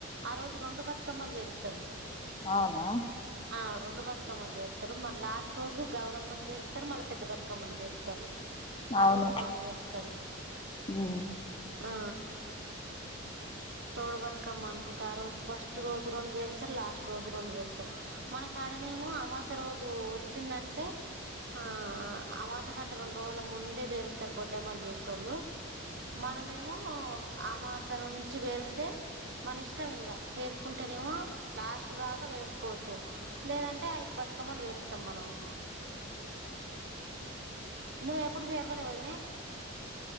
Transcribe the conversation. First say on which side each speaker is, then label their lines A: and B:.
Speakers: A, on the right; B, on the left.
A: ఆ రోజు రెండు బతుకమ్మలు పేరుస్తారు
B: అవునా
A: ఆ రెండు బతుకమ్మలు వేరుస్తారు మరి లాస్ట్ రోజు గౌరమ్మని పేరుస్తారు మళ్ళీ పెద్ద బతుకమ్మని పేరుస్తారు
B: అవును
A: ఆ రోజు రెండు వేరుస్తరు
B: ఉమ్
A: ఆ తోడు బతుకమ్మ అనుకుంట ఆ రోజు ఫస్ట్ రోజు రెండు వేరుే సారు లాస్ట్ రోజు రెండు వేరుే సారు మనకు ఆ క్కడనేమో అమాస రోజు వచ్చిందంటే ఆ అమాస కంటే రెండు రోజుల ముం ముందే వేరుస్తారు బొడ్డెమ్మలు చేసోళ్ళు మనమేమో అమాస నుం చి పేరుస్తే మన ఇష్టం ఇంగ వేరుసుకుంటేనేమో లాస్ట్ బాగా వేర్సుకోవచ్చు లేదంటే ఐదు బ కమ్మలు పేరుస్తం మనము నువ్వ ఎప్పుడు పేరవలే వదినే